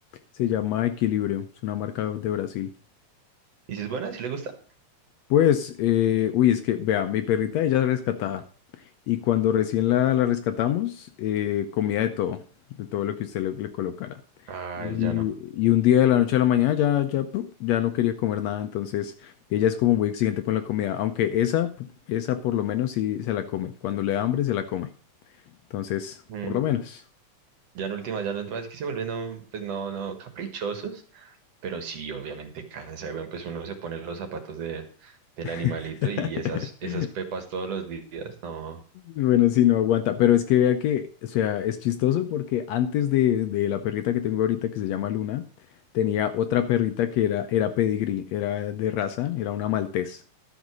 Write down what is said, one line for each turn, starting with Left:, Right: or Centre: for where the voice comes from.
Left: Se llama Equilibrio, es una marca de Brasil.
Right: ¿Y si es buena? ¿Si le gusta?
Left: Pues, eh, uy, es que, vea, mi perrita ella es rescatada. Y cuando recién la, la rescatamos, eh, comía de todo, de todo lo que usted le, le colocara.
Right: Ay,
Left: Y,
Right: ya no.
Left: y un día de la noche a la mañana ya, ya, pu, ya no quería comer nada. Entonces, ella es como muy exigente con la comida. Aunque esa, pu- esa por lo menos sí se la come. Cuando le da hambre, se la come. Entonces,
Right: Mm.
Left: por lo menos.
Right: Ya en última, ya en última es que se vuelven, un- pues no, no, caprichosos. Pero sí, obviamente cansa, weón. Pues uno se pone los zapatos de, del animalito
Left: <laughs>
Right: y esas, esas pepas todos los días, no.
Left: Bueno, sí, no aguanta, pero es que vea que, o sea, es chistoso porque antes de, de la perrita que tengo ahorita que se llama Luna, tenía otra perrita que era, era pedigrí, era de raza, era una maltés.